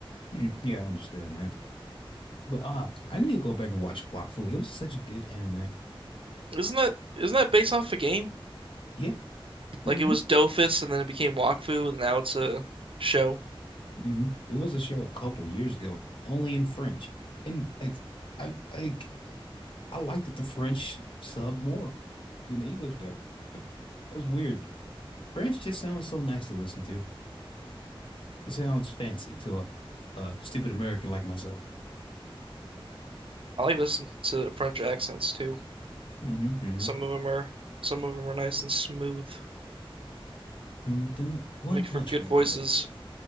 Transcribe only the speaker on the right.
Isn't that isn't that based off a game?
Like
it was Dofus and then it became Wakfu and now it's a show.
I like listening to French accents too.
Some of them are some of them are nice and smooth,
make
for good
voices.